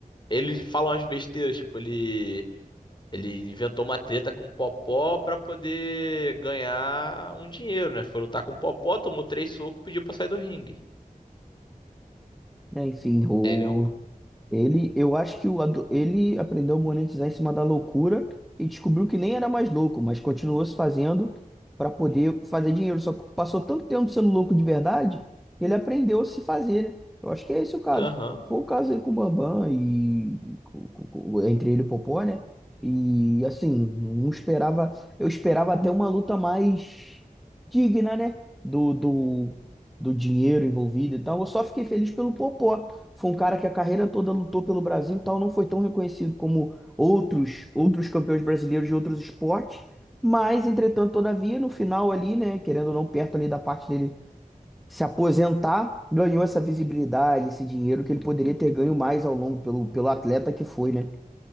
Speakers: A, on the left; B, in the centre.
A: ele fala umas besteiras, tipo, ele, ele inventou uma treta com o Popó pra poder ganhar um dinheiro, né? Foi lutar com o Popó, tomou três socos, pediu pra sair do ringue.
B: É, enfim, o,
A: Ele é um...
B: Ele, eu acho que o, ado- ele aprendeu a monetizar em cima da loucura e descobriu que nem era mais louco, mas continuou se fazendo para poder fazer dinheiro. Só que passou tanto tempo sendo louco de verdade, ele aprendeu a se fazer, né? Eu acho que é esse o caso.
A: Aham.
B: Foi o caso aí com o Bambam e com- com- com- entre ele e o Popó, né? E assim, não esperava, eu esperava até uma luta mais digna, né? Do, do, do dinheiro envolvido e tal. Eu só fiquei feliz pelo Popó foi um cara que a carreira toda lutou pelo Brasil e tal, não foi tão reconhecido como outros outros campeões brasileiros de outros esportes, mas entretanto, todavia, no final ali, né, querendo ou não, perto ali da parte dele se aposentar, ganhou essa visibilidade, esse dinheiro que ele poderia ter ganho mais ao longo pelo, pelo atleta que foi, né?